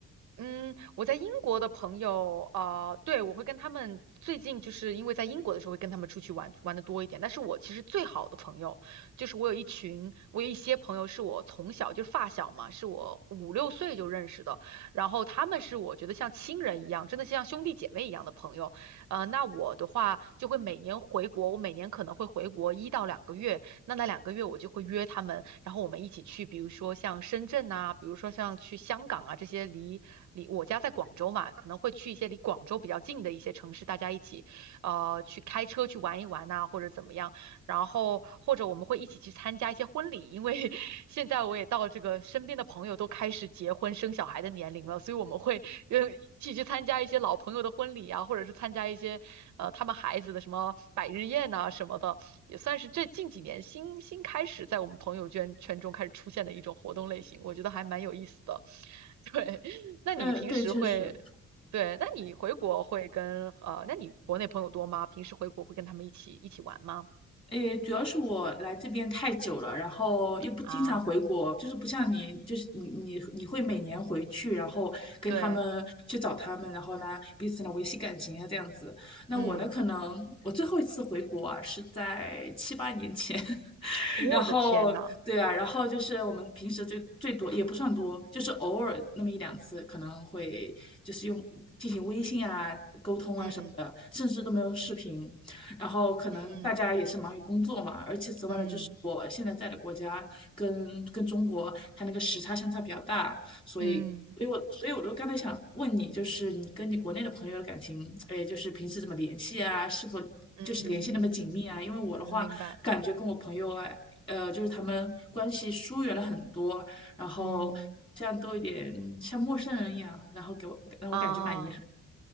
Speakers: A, on the right; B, on the left.
A: 嗯，我在英国的朋友，呃，对，我会跟他们最近就是因为在英国的时候会跟他们出去玩玩的多一点。但是我其实最好的朋友，就是我有一群，我有一些朋友是我从小就是发小嘛，是我五六岁就认识的，然后他们是我觉得像亲人一样，真的像兄弟姐妹一样的朋友。呃，那我的话就会每年回国，我每年可能会回国一到两个月，那那两个月我就会约他们，然后我们一起去，比如说像深圳呐、比如说像去香港啊这些离离我家在广州嘛，可能会去一些离广州比较近的一些城市，大家一起呃去开车去玩一玩呐、或者怎么样。然后或者我们会一起去参加一些婚礼，因为 <laughs> 现在我也到这个身边的朋友都开始结婚生小孩的年龄了，所以我们会呃一起去参加一些老朋友的婚礼啊，或者是参加一些呃他们孩子的什么百日宴呐、什么的。也算是这近几年新新开始在我们朋友圈圈中开始出现的一种活动类型，我觉得还蛮有意思的。<laughs> 对，那你平时会，
B: 呃，对，确实，
A: 对，那你回国会跟呃，那你国内朋友多吗？平时回国会跟他们一起一起玩吗？
B: 诶，主要是我来这边太久了，然后又不经常回国，
A: 啊，
B: 就是不像你，就是你你你会每年回去，然后跟他们去找他们，
A: 对，
B: 然后呢彼此呢维系感情啊这样子。那我呢，
A: 嗯，
B: 可能我最后一次回国啊是在七八年前，<laughs>
A: 我的天呐，
B: 然后对啊，然后就是我们平时最最多也不算多，就是偶尔那么一两次，可能会就是用进行微信啊沟通啊。
A: 嗯
B: 甚至都没有视频。然后可能大家也是忙于工作嘛，
A: 嗯
B: 而且此外呢，
A: 嗯
B: 就是我现在在的国家跟跟中国它那个时差相差比较大，所以。
A: 嗯
B: 所以我，所以我就刚才想问你，就是你跟你国内的朋友的感情，哎，就是平时怎么联系啊？是否就是联系那么紧密啊？
A: 嗯，
B: 因为我的话，
A: 嗯明白，
B: 感觉跟我朋友啊，呃，就是他们关系疏远了很多，然后这样都有点像陌生人一样，
A: 嗯
B: 然后给我让我感觉蛮遗憾。
A: 啊。